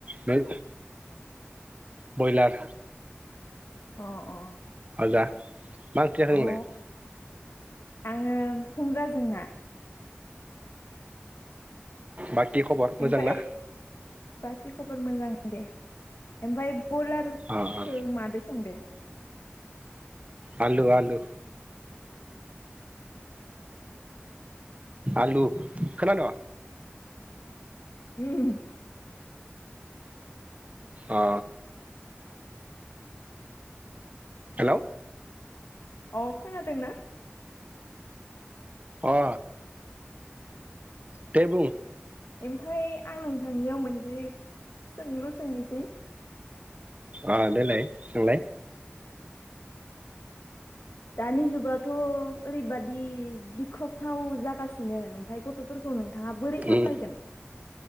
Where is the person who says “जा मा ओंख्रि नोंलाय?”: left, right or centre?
Right